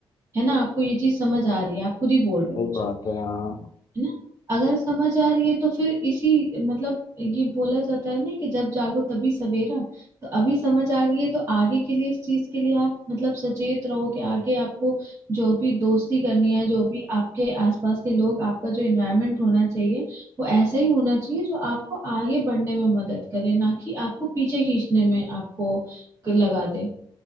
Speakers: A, on the right (about 35°); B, on the left (about 50°).
A: है ना आपको ये चीज समझ आ रही है आप खुद ही बोल रहे
B: सही
A: हो मुझे
B: बात है हाँ
A: है ना अगर समझ आ रही है तो फिर इसी मतलब ये बोला जाता है ना कि जब जागो तभी सवेरा तो अभी समझ आ गई है तो आगे के लिए इस चीज के लिए आप मतलब सचेत रहो कि आगे आपको जो भी दोस्ती करनी है जो भी आपके आसपास के लोग आपका जो एनवायरनमेंट होना चाहिए वो ऐसा ही होना चाहिए जो आपको आगे बढ़ने में मदद करे ना कि आपको पीछे खींचने में आपको क- लगा दे